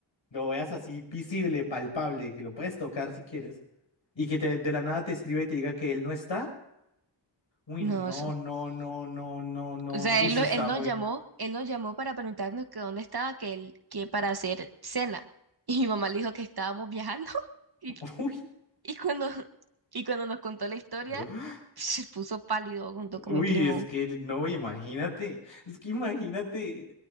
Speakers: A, on the left; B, on the right.
A: lo veas así visible, palpable, que lo puedes tocar si quieres, y que te, de la nada te escribe y te diga que él no está. Uy,
B: no,
A: no,
B: eso.
A: no, no, no, no, no,
B: O sea,
A: no. Uy,
B: él,
A: eso
B: no-
A: está
B: él nos
A: muy...
B: llamó, él nos llamó para preguntarnos que dónde estaba, que él, que para hacer cena. <laughs> Y mi mamá le dijo que estábamos viajando. <laughs> Y,
A: <laughs>
B: y cuando, <laughs> y cuando nos contó la historia,
A: Uy.
B: <laughs> se puso pálido junto con
A: Uy,
B: mi primo.
A: es que no, imagínate, es que imagínate,